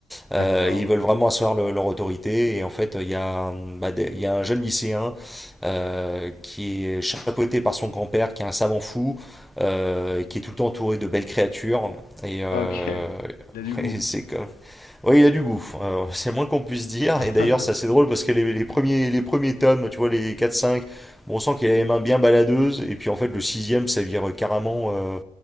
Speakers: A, in the centre; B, on the left.
A: Euh,
B: d'accord.
A: ils veulent vraiment asseoir le- leur autorité. Et en fait, il y a, un- bah, des- il y a un jeune lycéen euh, qui est chapeauté par son grand-père, qui est un savant fou, euh, qui est tout le temps entouré de belles créatures. Et, euh,
B: Ah, ok, <laughs> il a du goût.
A: <laughs> et c'est comme- oui, il a du goût, euh, c'est moins qu'on puisse dire.
B: <laughs>
A: Et d'ailleurs, c'est assez drôle parce que les, les premiers, les premiers tomes, tu vois, les quatre, cinq, bon, on sent qu'il a les mains bien baladeuses. Et puis en fait, le sixième, ça vire carrément euh,